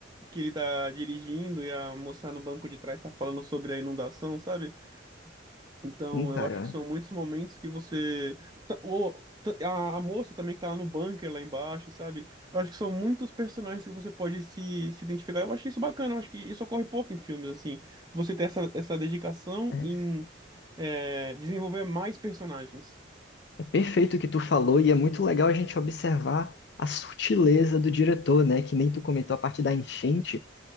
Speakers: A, on the right; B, on the left.
A: que ele tá dirigindo e a moça no banco de trás tá falando sobre a inundação, sabe? Então,
B: Hum,
A: eu
B: cara,
A: acho que são muitos momentos que você ta- ou ta- a, a moça também que tá lá no bunker lá embaixo, sabe? Eu acho que são muitos personagens que você pode se, se identificar. Eu achei isso bacana, eu acho que isso ocorre pouco em filmes assim. Você ter essa, essa dedicação
B: é,
A: em eh, desenvolver mais personagens.
B: é perfeito o que tu falou e é muito legal a gente observar a sutileza do diretor, né? Que nem tu comentou a parte da enchente.